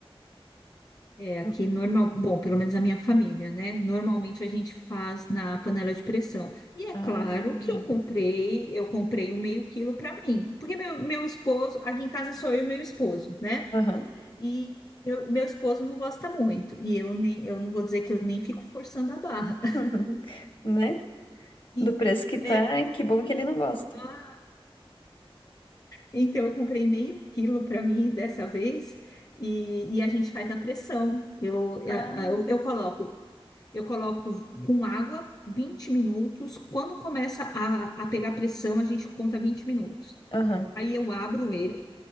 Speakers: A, on the left; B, on the left.
A: É, aqui
B: Hum,
A: normal, bom, pelo menos a minha família, né? Normalmente a gente faz na panela de pressão. E é
B: Ah,
A: claro
B: entendi.
A: que eu comprei, eu comprei um meio quilo para mim, porque meu, meu esposo, aqui em casa é só eu e meu esposo, né?
B: Aham.
A: E meu, meu esposo não gosta muito. E eu nem, eu não vou dizer que eu nem fico forçando a barra.
B: <laughs>
A: <laughs>
B: Né?
A: E
B: Do preço que tá,
A: é
B: é que bom que ele não gosta.
A: claro. Então eu comprei meio quilo para mim dessa vez e, e a gente faz na pressão. Eu,
B: Ah,
A: a- a- eu, eu coloco, eu coloco com água 20 minutos. Quando começa a, a pegar pressão, a gente conta 20 minutos.
B: Aham.
A: Aí eu abro ele,